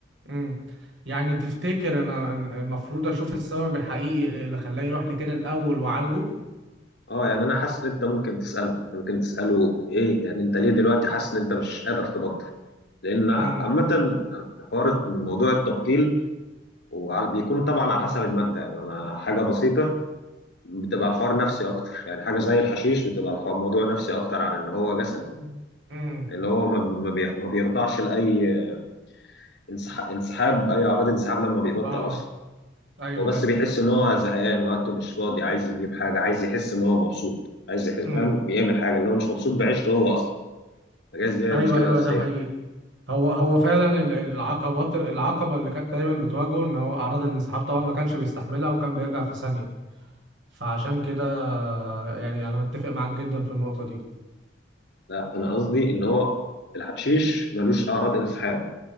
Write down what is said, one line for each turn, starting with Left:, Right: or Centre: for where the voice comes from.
Right: امم يعني تفتكر انا المفروض اشوف السبب الحقيقي اللي خلاه يروح لكده الأول وعالجه
Left: اه يعني انا حاسس ان انت ممكن تساله ممكن تساله ايه يعني انت ليه دلوقتي حاسس ان انت مش قادر تبطل لان عامه
Right: امم
Left: حوار موضوع التبطيل وعلى- بيكون طبعا على حسب الماده يعني انا حاجه بسيطه بتبقى الحوار نفسي اكتر يعني حاجه زي الحشيش بتبقى الحوار موضوع نفسي اكتر عن ان هو جسدي
Right: امم
Left: لان هو ما ما بيخ- ما بيخضعش لاي انسح- انسحاب اي اعراض انسحاب لما بيبطل
Right: اه
Left: اصلا
Right: ايوه
Left: هو بس
Right: ايوه
Left: بيحس ان هو زهقان وقته مش فاضي عايز يجيب حاجه عايز يحس ان هو مبسوط عايز يحس
Right: امم
Left: فاهم يعمل حاجه ان هو مش مبسوط بعيشته هو اصلا الجهاز دي هي
Right: ايوه
Left: المشكله
Right: ايوه
Left: الاساسيه
Right: ده حقيقي هو هو فعلا ال- العقبات العقبه اللي كانت دايما بتواجهه ان هو اعراض الانسحاب طبعا ما كانش بيستحملها وكان بيرجع في ثانيه فعشان كده يعني انا متفق معاك جدا في النقطه دي
Left: لا انا قصدي ان هو الحشيش ملوش اعراض انسحاب